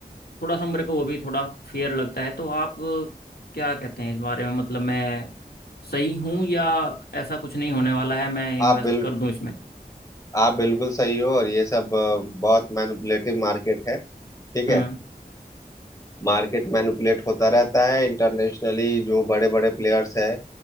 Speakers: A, on the left; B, on the left.
A: थोड़ा सा मेरे को वो भी थोड़ा फेयर लगता है तो आप क्या कहते हैं इस बारे में मतलब मैं सही हूँ या ऐसा कुछ नहीं होने वाला है मैं इन्वेस्ट
B: आप बिल्कुल
A: कर दूँ इसमें
B: आप बिल्कुल सही हो और ये सब अ, बहुत मैनिपुलेटिव मार्केट है ठीक है
A: हम्म
B: मार्केट मैनिपुलेट होता रहता है इंटरनेशनली जो बड़े बड़े प्लेयर्स है